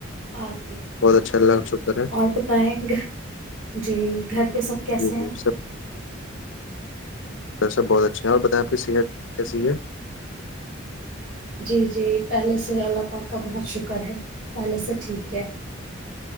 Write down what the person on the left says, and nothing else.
بہت اچھا اللہ کا شکر ہے
جی جی
سر سا بہت اچا اچھا اور بتائ آپ کی صحت کیسی ہے